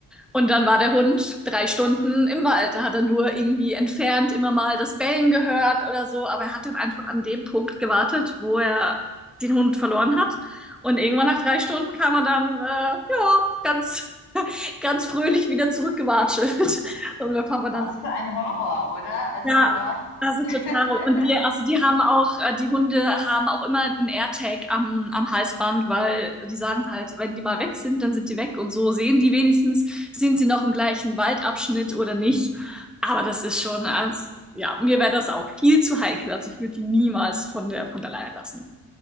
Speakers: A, in the centre; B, on the left.
A: und dann war der Hund drei Stunden im Wald. Da hat er nur irgendwie entfernt immer mal das Bellen gehört oder so, aber er hat dann einfach an dem Punkt gewartet, wo er den Hund verloren hat und irgendwann nach drei Stunden kam er dann, äh, ja, ganz, <laughs> ganz fröhlich wieder zurückgewatschelt. <laughs> Und mein Papa dann,
B: Was für ein Horror, oder? Also,
A: ja,
B: ach.
A: also
B: <laughs>
A: total. Und die, also die haben auch, äh, die Hunde haben auch immer einen AirTag am, am Halsband, weil die sagen halt, wenn die mal weg sind, dann sind die weg. Und so sehen die wenigstens, sind sie noch im gleichen Waldabschnitt oder nicht. Aber das ist schon, also,
B: ja.
A: ja, mir wäre das auch viel zu heikel. Also ich würde die niemals von der, von alleine lassen.